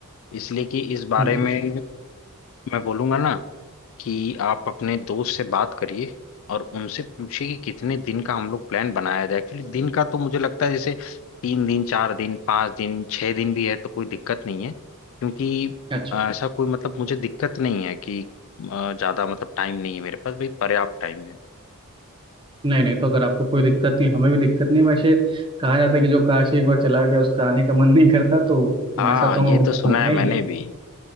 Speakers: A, on the left; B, on the right.
A: इसलिए कि इस बारे
B: हम्म
A: में मैं बोलूंगा ना कि आप अपने दोस्त से बात करिए और उनसे पूछिए कि कितने दिन का हम लोग प्लान बनाया जाए एक्चुअली दिन का तो मुझे लगता है जैसे तीन दिन चार दिन पाँच दिन छह दिन भी है तो कोई दिक्कत नहीं है क्योंकि
B: अच्छा
A: अ, ऐसा कोई मतलब मुझे दिक्कत नहीं है कि अ, ज्यादा मतलब टाइम नहीं है मेरे पास भाई पर्याप्त टाइम है
B: नहीं नहीं तो अगर आपको कोई दिक्कत नहीं हमें भी दिक्कत नहीं वैसे कहा जाता है कि जो काशी एक बार चला गया उसका आने का मन नहीं करता तो
A: हाँ
B: वैसा तो
A: ये तो सुना
B: होना
A: है मैंने
B: ही है
A: भी